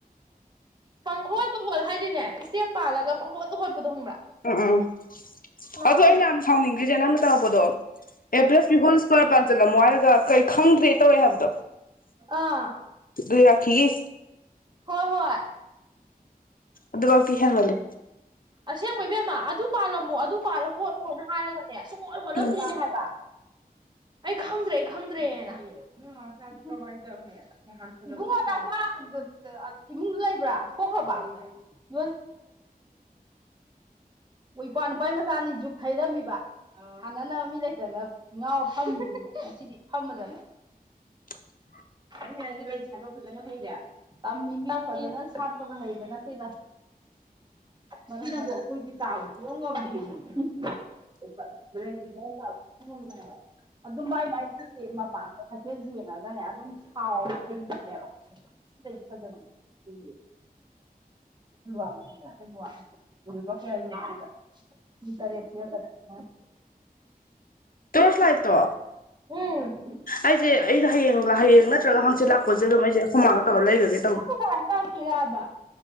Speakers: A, on the right; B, on the left.
A: ꯀꯪꯍꯣꯠꯇꯍꯣꯠ ꯍꯥꯏꯗꯤꯅꯦ ꯏꯁꯇꯦꯞ ꯄꯥꯜꯂꯒ ꯄꯪꯍꯣꯠꯇ ꯍꯣꯠꯄꯗꯣ ꯈꯪꯕ꯭ꯔꯥ
B: ꯎꯝ ꯎꯝ ꯎꯝ
A: ꯂꯥꯛꯑꯕꯣ
B: ꯑꯗꯣ ꯑꯩꯅ ꯌꯥꯝ ꯁꯥꯎꯅꯤꯡꯈ꯭ꯔꯤꯁꯦ ꯅꯪꯅ ꯇꯝꯃꯛꯄꯗꯣ ꯑꯦ ꯄ꯭ꯂꯁ
A: ꯀꯅꯥ
B: ꯕꯤ ꯍꯣꯜꯁ ꯀ꯭ꯋꯥꯔ ꯄꯥꯟꯖꯜꯂꯝꯃꯣ ꯍꯥꯏꯔꯒ ꯀꯩ ꯈꯪꯗ꯭ꯔꯦ ꯇꯧꯋꯦ ꯍꯥꯏꯕꯗꯣ
A: ꯑꯥ
B: ꯗꯨꯏꯔꯥꯈꯤꯒꯤ
A: ꯍꯣꯏ ꯍꯣꯏ
B: ꯑꯗꯨꯕꯥꯎꯇꯤ ꯍꯦꯟꯃꯜꯂꯤ
A: ꯑꯁꯦꯡꯕ ꯏꯕꯦꯝꯃ ꯑꯗꯨ ꯄꯥꯜꯂꯝꯃꯣ ꯑꯗꯨ ꯄꯥꯜꯂ ꯍꯣꯠꯂꯣꯅ ꯍꯥꯏꯔꯒꯅꯦ ꯁꯨꯡꯍꯣꯠ ꯍꯣꯠꯂꯝꯗ꯭ꯔꯤꯅꯦ
B: ꯎꯝ
A: ꯍꯥꯏꯕ ꯑꯩ ꯈꯪꯗ꯭ꯔꯦ ꯑꯩ ꯈꯪꯗ꯭ꯔꯦꯅ ꯃꯣꯏ ꯃꯃꯥꯝꯆꯥꯖꯦ ꯀꯃꯥꯏ ꯇꯧꯅꯤ ꯏꯕꯨꯡꯉꯣ ꯅꯄꯥ ꯗ ꯑꯥ ꯏꯃꯨꯡꯗ ꯂꯩꯕ꯭ꯔꯥ ꯊꯣꯛꯈ꯭ꯔꯕ <unintelligible> ꯋꯣ ꯏꯄꯥ ꯅꯨꯄꯥꯏ ꯃꯆꯥꯅꯤ ꯖꯨꯛ ꯊꯩꯔꯝꯃꯤꯕ ꯑꯥꯎ ꯁꯥꯟꯅꯅꯕ ꯃꯤ ꯂꯩꯇꯅ ꯉꯥꯎ ꯐꯝꯃꯤꯁꯤꯅꯤ ꯉꯁꯤꯗꯤ ꯐꯝꯃꯖꯅꯨ
B: <unintelligible>
A: ꯏꯕꯦꯝꯃ ꯅꯪꯗꯤ ꯂꯩ ꯁꯥꯕ ꯐꯖꯅ ꯍꯩꯔꯦ ꯇꯝꯃꯤꯅꯤ ꯇꯝꯃꯤ ꯐꯖꯅ ꯁꯥꯠꯄꯒ ꯍꯩꯕ ꯅꯠꯇꯦꯗ ꯏꯆꯦ ꯅꯪꯕꯨ ꯑꯩꯈꯣꯏꯗꯤ ꯇꯥꯕ ꯁꯨꯡꯉꯝ ꯉꯝꯗꯦꯃꯤ <unintelligible> ꯂꯩꯖꯦ ꯃꯑꯣꯡ ꯇꯥꯕ ꯁꯨꯡꯉꯡ ꯉꯝꯗꯦ ꯍꯥꯏꯕ ꯑꯗꯨꯝ ꯃꯥꯏ ꯃꯥꯏꯒꯤ ꯃꯄꯥꯗꯣ ꯍꯥꯏꯐꯦꯠ ꯖꯦꯡꯉꯒꯅꯦ ꯑꯗꯨꯝ ꯁꯥꯔꯒ ꯍꯩꯕꯅꯦꯕ ꯁꯤ ꯂꯩꯖꯤ ꯐꯖꯕꯅꯤ <unintelligible> <unintelligible> ꯁꯤꯗ ꯂꯨꯄꯥ ꯀꯌꯥ ꯌꯣꯟꯗꯣꯏꯕ <unintelligible>
B: ꯥꯐ꯭ꯂꯥꯏꯠꯇꯣ
A: ꯎꯝ
B: ꯑꯩꯁꯦ ꯑꯩ ꯍꯌꯦꯡ ꯍꯌꯦꯡ ꯅꯠꯇ꯭ꯔꯒ ꯍꯥꯡꯆꯤꯠ ꯂꯥꯛꯄꯁꯦ ꯑꯗꯨꯝ ꯑꯩꯁꯦ ꯑꯈꯣꯃꯥꯒ ꯇꯧꯔ ꯂꯩꯒꯒꯦ ꯇꯧꯅꯤ
A: <unintelligible> ꯇꯣꯏꯔꯥꯕꯥ